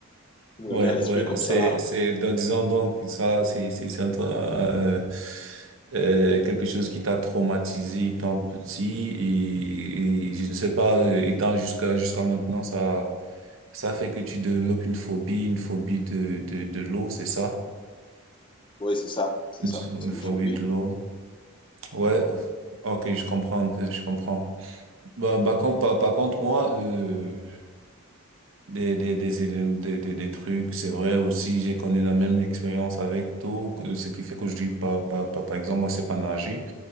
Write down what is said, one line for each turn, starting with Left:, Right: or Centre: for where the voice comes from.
Left: qui me
Right: Ouais,
Left: vient à l'esprit
Right: ouais,
Left: comme
Right: c'est,
Left: ça là.
Right: c'est, donc, disons donc, que ça, c'est, c'est, c'est un tra- euh, euh, quelque chose qui t'a traumatisé étant petit et, et je ne sais pas, euh, étant jusqu'à, jusqu'à maintenant, ça, ça fait que tu développes une phobie, une phobie de, de, de l'eau, c'est ça?
Left: Oui, c'est ça, c'est
Right: Une
Left: ça.
Right: pho-
Left: C'est
Right: une
Left: une
Right: phobie
Left: phobie.
Right: de l'eau. Ouais.
Left: Mhm.
Right: Ok, je comprends un peu, je comprends. Bah, bah, con- par, par contre, moi, euh, des, des, des, éléments- des, des, des trucs. C'est vrai aussi, j'ai connu la même expérience avec l'eau, que- ce qui fait que je dis, par, par, par, par exemple, moi, c'est pas nager,